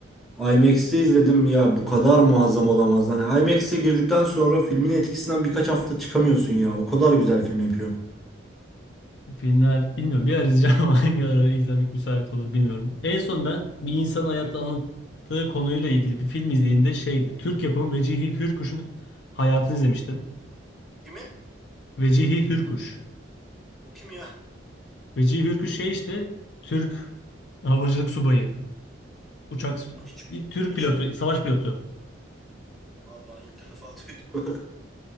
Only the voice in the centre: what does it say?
IMAX'i izledim. Ya bu kadar muazzam olamaz. Hani IMAX'e girdikten sonra filmin etkisinden birkaç hafta çıkamıyorsun ya. O kadar güzel film yapıyor.
Kimin?
O kim ya?
O hiçbir,
hiçbir.
Vallahi ilk defa duydum. <laughs>